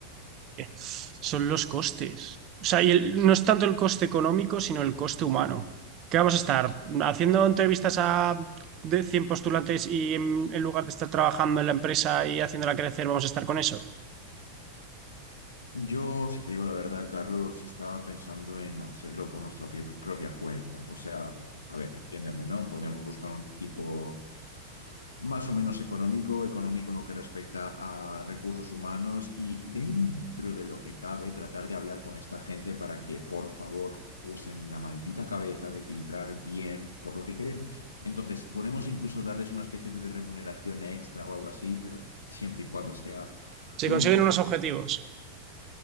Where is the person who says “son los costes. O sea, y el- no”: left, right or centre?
Right